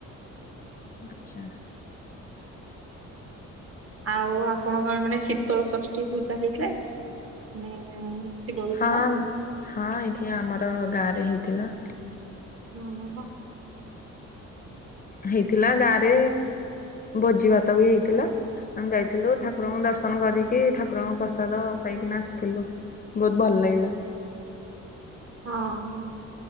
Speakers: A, on the left; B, on the right.
A: ଆଚ୍ଛା।
B: ଆଉ ଆପଣ କଣ ମାନେ ଶୀତଳ ଷଷ୍ଠୀ ପୂଜା ହେଇଥିଲା କି ମାନେ ଶିବ ବିବାହ?
A: ହଁ ହଁ ଏଇଠି ଆମର ଗାଁରେ ହେଇଥିଲା।
B: ହଁ ହୋ ବା।
A: ହେଇଥିଲା ଗାଁ ରେ ଭୋଜି ଭାତ ବି ହେଇଥିଲା। ଆମେ ଯାଇଥିଲୁ ଠାକୁରଙ୍କୁ ଦର୍ଶନ ଦର୍ଶନ କରିକି ଠାକୁରଙ୍କ ପ୍ରସାଦ ପାଇକିନା ଆସିଥିଲୁ ବହୁତ ଭଲ ଲାଗିଲା।
B: ହଁ।